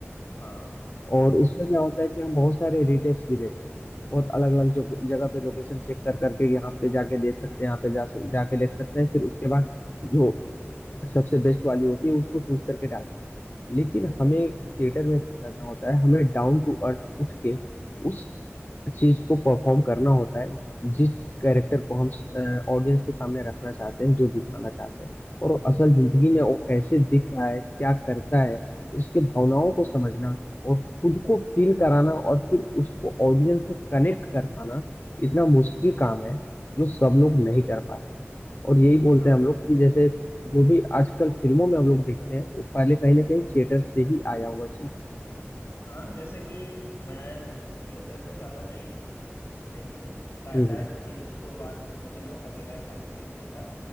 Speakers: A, on the left; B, on the left.
A: हाँ
B: और उसमें क्या होता है कि हम बहुत सारे रिटेक्स भी लेते हैं बहुत अलग अलग जगह पे लोकेशन चेक कर करके यहाँ पे जाके देख सकते हैं यहाँ पे जा सक- जाके देख सकते हैं फिर उसके बाद जो सबसे बेस्ट वाली होती है उसको चूज करके डालते हैं लेकिन
A: बिल्कुल
B: हमें थिएटर में क्या करना होता है हमें डाउन टू अर्थ उठ के उस चीज को परफॉर्म करना होता है जिस कैरेक्टर को हम ऑडियंस के सामने रखना चाहते हैं जो दिखाना चाहते हैं और असल जिंदगी
A: बिल्कुल
B: में वो कैसे दिख रहा है क्या करता है उसके भावनाओं को समझना और खुद को फील कराना और फिर उसको ऑडियंस से कनेक्ट कर पाना इतना मुश्किल काम है जो सब लोग नहीं कर पाते और यही बोलते
A: हाँ
B: हैं हम लोग कि जैसे जो भी आजकल फिल्मों में हम लोग देखते हैं वो पहले कहीं ना कहीं थिएटर से ही आया हुआ चीज है
A: हाँ जैसे कि मैं थिएटर तो ज्यादा नहीं लेकिन ला-
B: हम्म,
A: शायद
B: हम्म,
A: एक ही दो बार मुझे मौका मिला है जाके देखने का